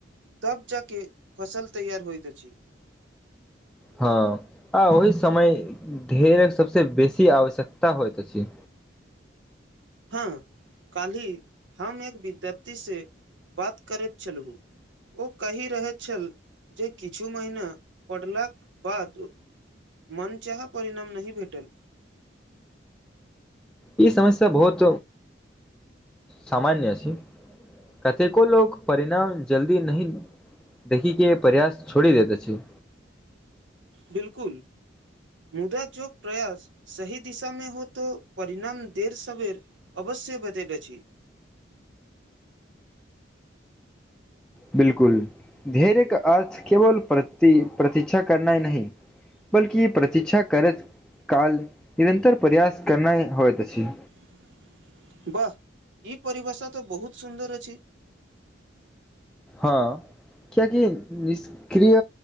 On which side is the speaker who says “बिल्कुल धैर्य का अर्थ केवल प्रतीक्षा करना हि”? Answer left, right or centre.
Centre